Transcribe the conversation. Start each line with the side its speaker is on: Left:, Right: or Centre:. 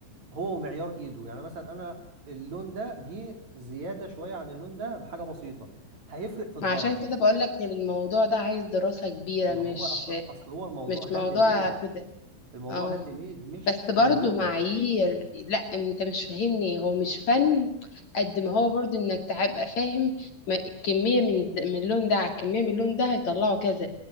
Right: هو ومعيار ايده يعني مثلا انا اللون ده جه زياده شويه عن اللون ده بحاجه بسيطه هيفرق في الدرجه
Left: ما عشان كده بقول لك الموضوع ده عايز دراسة كبيرة
Right: ما
Left: مش
Right: هو اصل اصل هو الموضوع
Left: مش
Right: هاند
Left: موضوع
Right: ميد
Left: كده
Right: الموضوع
Left: اه
Right: هاند ميد مش
Left: بس
Right: كمبيوتر
Left: برضو معايير لا انت مش فاهمني هو مش فن قد ما هو برضو انك تبقى فاهم ما- كمية من د- من اللون ده على كمية من اللون ده هيطلعوا كذا